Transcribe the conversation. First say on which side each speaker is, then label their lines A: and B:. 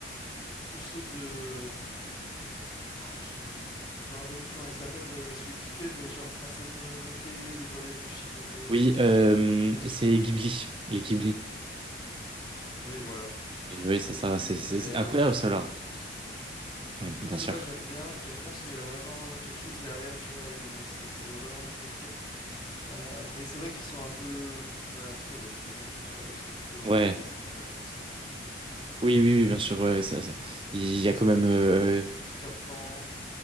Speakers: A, on the left; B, on the right.
A: tous ceux de hum, ah, j'ai mangé le nom. Je me rappelle plus comment il s'appelle euh, celui qui fait, mais genre Princesse Mononoke, Le Voyage de Chihiro,
B: Oui,
A: tout
B: euh,
A: ça. Je sais pas si
B: c'est
A: tu connais.
B: Ghibli, les Ghibli.
A: Oui, voilà.
B: Et oui, c'est ça, c'est c'est-
A: Mais euh,
B: c'est incroyable, ça, là.
A: tous
B: Hmm,
A: tout
B: bien
A: cela,
B: sûr.
A: j'aime bien, j'aime bien parce qu'il y a vraiment quelque chose derrière, tu vois. euh, c'est- Ça veut vraiment dire quelque chose. Euh, mais c'est vrai qu'ils sont un peu. Ma fille, elle a que 3 ans et demi, tu vois. Elle, c'est plutôt
B: Ouais.
A: euh, les 101 Dalmatiens.
B: Oui, oui,
A: Euh,
B: oui, bien sûr. Ouais, ça- ça- Il y
A: Qu'est-ce
B: a quand
A: qu'il
B: même.
A: y a? Pi-
B: euh,
A: Pi- Peter Pan,